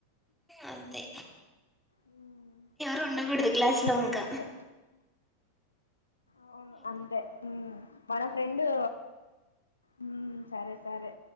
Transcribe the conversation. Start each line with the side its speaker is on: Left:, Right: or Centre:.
Centre: అంతే
Left: ఉమ్
Centre: ఎవరు ఉండకూడదు క్లాస్
Left: సరే
Centre: లో ఉంకా
Left: అయితే అవును అంతేఉమ్ మన ఫ్రెండు హ్మ్ సరే సరే